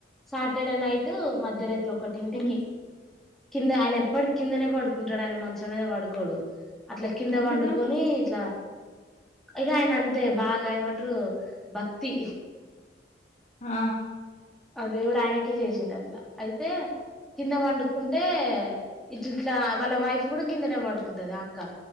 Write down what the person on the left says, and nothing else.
ఉన్
ఎందుకని
ఆ